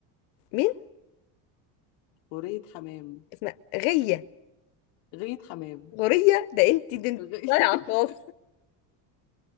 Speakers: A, on the left (about 80°); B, on the left (about 50°).
A: مين
B: غورية حمام
A: اسمها غيه
B: غية حمام
A: غوريه ده انت ده انت
B: غي...
A: ضايعه
B: <laughs>
A: خالص